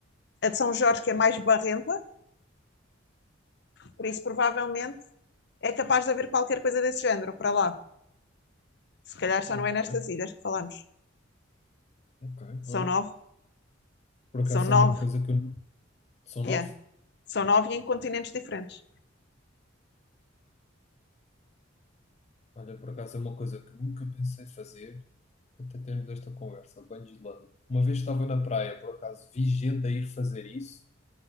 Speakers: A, on the left; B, on the left.
A: a de São Jorge, que é mais barrenta, por isso provavelmente é capaz de haver qualquer coisa desse género para lá. Se calhar só
B: ok,
A: não é nestas ilhas que falamos.
B: ok,
A: São
B: olha.
A: nove?
B: Por acaso
A: São nove,
B: é uma coisa que eu. nu- São nove?
A: yeah. São nove e em continentes diferentes.
B: Olha, por acaso é uma coisa que nunca pensei fazer até termos esta conversa. Banho de lama. Uma vez estava na praia, por acaso vi gente a ir fazer isso.